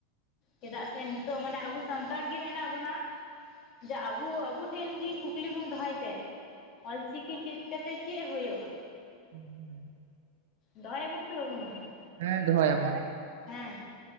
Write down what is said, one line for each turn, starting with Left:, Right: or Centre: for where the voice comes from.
Left: ᱪᱮᱫᱟᱜ ᱥᱮ ᱱᱤᱛᱚᱜ ᱢᱟᱱᱮ ᱟᱵᱚ ᱥᱟᱱᱛᱟᱲ ᱜᱮ ᱢᱮᱱᱟᱜ ᱵᱚᱱᱟ ᱡᱮ ᱟᱵᱚ ᱟᱵᱚ ᱴᱷᱮᱱ ᱜᱮᱤ ᱜᱮ ᱠᱩᱠᱞᱤ ᱵᱚᱱ ᱫᱚᱦᱚᱭ ᱛᱮ ᱚᱞ ᱪᱤᱠᱤ ᱪᱮᱫ ᱠᱟᱛᱮᱫ ᱪᱮᱫ ᱦᱩᱭᱩᱜᱼᱟ?
Right: <unintelligible>
Left: ᱫᱚᱦᱚᱭᱟᱵᱚᱱ ᱥᱮ ᱵᱟᱵᱚᱱ ᱫᱚᱦᱚᱭᱟ
Right: ᱦᱮᱸ ᱫᱚᱦᱚᱭᱟᱵᱚᱱ
Left: ᱦᱮᱸ